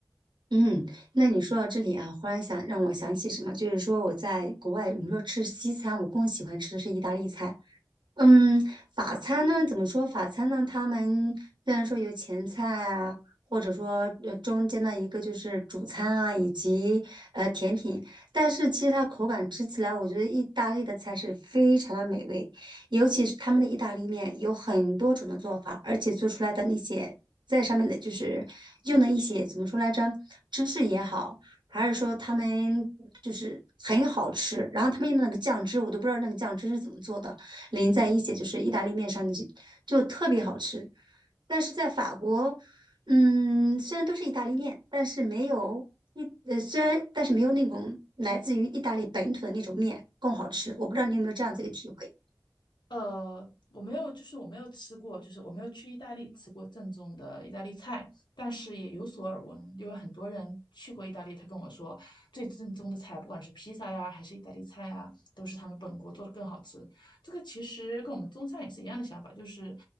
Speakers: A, on the right; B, on the left.
A: 嗯，那你说到这里啊，忽然想让我想起什么，就是说我在国外，你说吃西餐，我更喜欢吃的是意大利菜。嗯，法餐呢，怎么说？法餐呢，他们虽然说有前菜啊，或者说呃中间的一个就是主餐啊，以及呃甜品，但是其实它口感吃起来，我觉得意大利的菜是非常的美味，尤其是他们的意大利面有很多种的做法，而且做出来的那些在上面的就是用的一些怎么说来着，芝士也好，还是说他们就是很好吃，然后他们用的那个酱汁，我都不知道那个酱汁是怎么做的。淋在一起就是意大利面上面就就特别好吃，但是在法国，嗯，虽然都是意大利面，但是没有一呃虽然但是没有那种来自于意大利本土的那种面更好吃。我不知道你有没有这样子一个体会？
B: 呃，我没有，就是我没有吃过，就是我没有去意大利吃过正宗的意大利菜，但是也有所耳闻，因为很多人去过意大利，他跟我说，最正宗的菜，不管是披萨呀，还是意大利菜啊，都是他们本国做的更好吃。这个其实跟我们中餐也是一样的想法，就是，